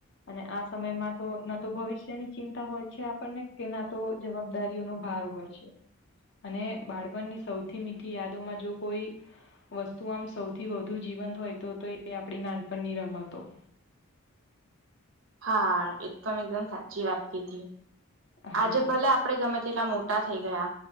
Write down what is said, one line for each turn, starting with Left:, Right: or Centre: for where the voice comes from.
Left: અને આ સમયમાં તો, ના તો ભવિષ્યની ચિંતા હોય છે આપણને, કે ના તો જવાબદારીઓનો ભાર હોય છે, અને બાળપણની સૌ થી મીઠી યાદોમાં જો કોઈ વસ્તુ આમ સૌથી વધુ જીવંત હોય તો, તો એ આપણી નાનપણની રમતો.
Right: હા, એકદમ એકદમ સાચી વાત કીધી.
Left: હા
Right: આજે ભલે આપડે ગમે તેટલા મોટા થઈ ગયા.